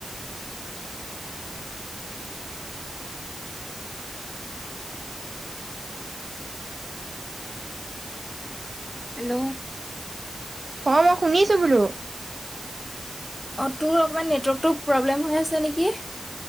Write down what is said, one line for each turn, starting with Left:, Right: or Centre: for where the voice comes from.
Left: হেল্ল!
Right: অহ মই শুনিছো বোলো।
Left: অহ তোৰ অকণমান নেটৱাৰ্কটো প্ৰব্লেম হৈ আছে নেকি।